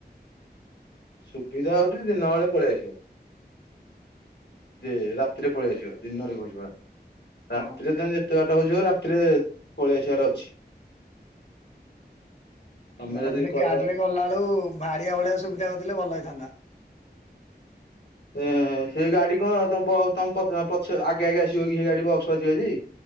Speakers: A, on the left (about 80°); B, on the left (about 45°).
A: ସୁବିଧା ହଉଛିି ଦିନ ବେଳେ ପଳେଇ ଆସିବ। ଯେ ରାତିରେ ପଳେଇ ଆସିବ ଦିନରେ କହୁଛି ପରା
B: ହଁ
A: ରାତିରେ ତମେ ଯେତେ ବାଟ ହଉଚି ହଉ ରା ତ୍ରିରେ ପଳି ଆସିବାର ଅଛି। ତମେ
B: ମୁଁ
A: ଯଦି
B: କହୁଥିଲି
A: କହିବ
B: ଗାଡି ରେ ଗଲାବେେଳୁ ଭାଡିଆ ଭଳିଆ ସୁବିଧା କରିଥିଲେ ଭଲ ହେଇଥାନ୍ତା।
A: ଏ ସେ ଗାଡି କଣ ତମ ପ ତମ ପ୍ ପଛ ଆଗେ ଆଗେ ଆସିବ କି ସେ ଗାଡି ବକ୍ସ ବାଯିବଜି।